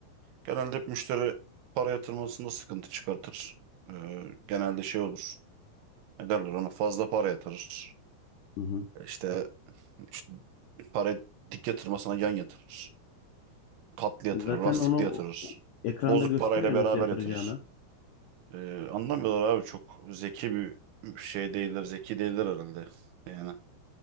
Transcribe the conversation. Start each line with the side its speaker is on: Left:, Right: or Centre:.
Right: Genelde hep müşteri para yatırmasında sıkıntı çıkartır. Ee, genelde şey olur. Ne derler ona fazla para yatırır.
Left: Hı hı.
Right: İşte, işte para dik yatırmasına yan yatırır. Katlı yatırır,
Left: E, zaten
Right: lastikli
Left: onu
Right: yatırır.
Left: o- o- ekranda
Right: Bozuk
Left: gösteriyor
Right: parayla beraber
Left: nasıl yatıracağını.
Right: yatırır. Ee, anlamıyorlar abi çok zeki bir şey değiller, zeki değiller herhalde. Yani